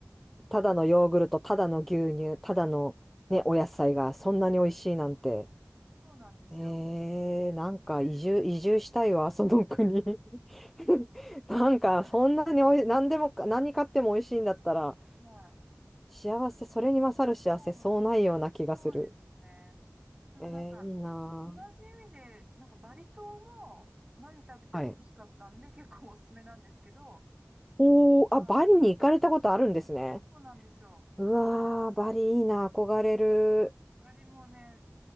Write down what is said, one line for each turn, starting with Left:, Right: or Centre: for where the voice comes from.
Right: うん。
Centre: ただのヨーグルト、ただの牛乳、ただのね、お野菜がそんなに美味しいなんて。
Right: そうなんですよ。
Centre: えー、なんか移住、
Right: うんで、
Centre: 移住したいわ、その国。<laughs> なんかそんなにおい、
Right: はい。
Centre: 何でもか、何買っても美味しいんだったら、
Right: はい
Centre: 幸せ、それに勝る幸せ、
Right: そう、
Centre: そうないような気がする。
Right: そうですね。でもなんか、
Centre: えー、いいなぁ。
Right: 同じ意味で、なんかバリ島も何食べても美味しかったんで、
Centre: はい。
Right: 結構おすすめなんですけど、
Centre: おー、
Right: はい。
Centre: あ、バリに行かれたことあるんですね。
Right: そうなんですよ。
Centre: うわー、バリいいな、憧れる。
Right: バリもね、